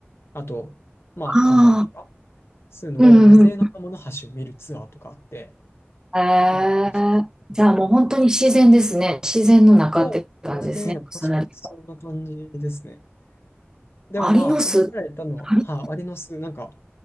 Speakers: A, on the left (about 70°); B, on the right (about 15°).
A: あと、まあ、
B: ああ、
A: カンガルーとか、そういうのを野生のカモノハシを見るツアーとかあって、
B: うんうん。へえ
A: 結構楽しかったですね。
B: じゃあもう本当に自然ですね。自然の中って感じですね。
A: そう、言われてみれば確かにそんな感じですね。
B: 草だらけ
A: でもまあ、
B: アリの巣、
A: おっしゃられたのは、
B: アリ、
A: はい、アリの巣、なんか、